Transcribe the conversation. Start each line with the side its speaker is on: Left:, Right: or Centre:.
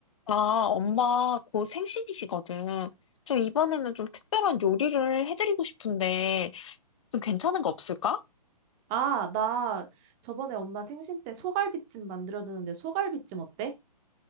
Left: 아, 엄마 곧 생신이시거든. 좀 이번에는 좀 특별한 요리를 해드리고 싶은데 좀 괜찮은 거 없을까?
Right: 아, 나 저번에 엄마 생신 때 소갈비찜 만들어드는데 소갈비찜 어때?